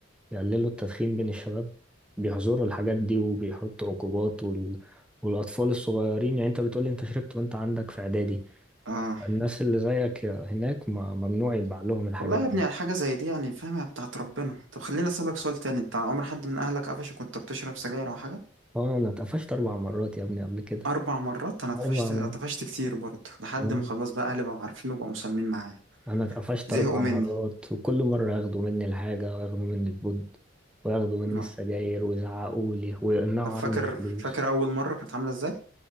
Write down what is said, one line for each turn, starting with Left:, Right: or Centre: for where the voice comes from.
Centre: يقللوا التدخين بين الشباب بيحظروا الحاجات دي وبيحطوا عقوبات وال... والأطفال الصغيرين يعني أنت بتقولي أنت شربت وأنت عندك في إعدادي
Right: اه
Centre: الناس اللي زيك هناك ما ممنوع يتباع لهم الحاجات
Right: والله
Centre: دي
Right: يا ابني على حاجة زي دي يعني فاهمها بتاعت ربنا طب خليني اسألك سؤال تاني انت عمر حد من اهلك قفشك وانت بتشرب سجاير او حاجة
Centre: طبعا أنا اتقفشت أربع مرات يا ابني قبل كده
Right: اربع مرات انا طفشت
Centre: أربع
Right: طفشت كتير برضه لحد
Centre: مرات
Right: ما خلاص بقى اهلي بقوا عارفين وبقوا مسالمين معايا
Centre: انا اتقفشت
Right: زهقوا
Centre: اربع
Right: مني
Centre: مرات وكل مره ياخدوا مني الحاجه وياخدوا مني البود وياخدوا مني
Right: آه.
Centre: السجاير ويزعقوا لي ويقنعوا
Right: طب فاكر
Centre: عني الفلوس
Right: فاكر اول مرة كانت عاملة ازاي